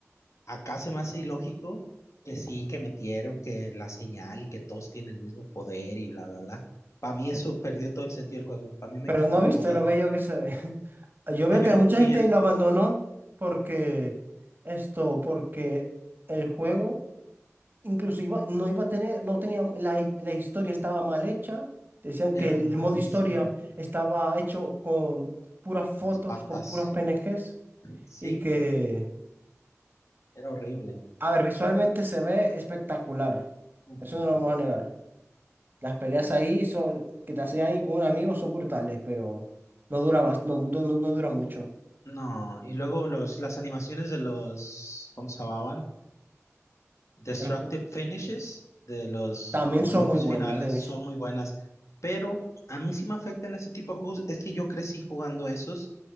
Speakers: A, on the left; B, on the right.
A: Acá se me hace ilógico que sí, que metieron, que la señal y que todos tienen el mismo poder y bla, bla, bla. Para mí eso perdió todo el sentido del juego. Para mí me
B: Pero
A: quitó
B: no viste
A: toda.
B: lo bello que se ve. <laughs> Yo veo
A: Se ve
B: que
A: muy
B: mucha
A: bien.
B: gente lo abandonó porque esto, porque el juego inclusive no iba a tener, no tenía, la, hi- la historia estaba mal hecha. Decían
A: Era
B: que el
A: malísima
B: modo historia estaba hecho con puras fotos,
A: con las patas.
B: con puras PNGs
A: Sí,
B: y que,
A: era horrible.
B: a ver, visualmente se ve espectacular.
A: Ujú.
B: Eso no lo vamos a negar. Las peleas ahí son, que te haces ahí con un amigo son brutales, pero no dura, bast- no, no, no- no dura mucho.
A: No, y luego los, las animaciones de los, ¿cómo se llamaban? Destructive
B: De las per-
A: finishes de los
B: También
A: movimientos
B: son muy buenas,
A: finales
B: de mis-
A: son muy buenas, pero a mí sí me afectan ese tipo de juegos. Es que yo crecí jugando esos,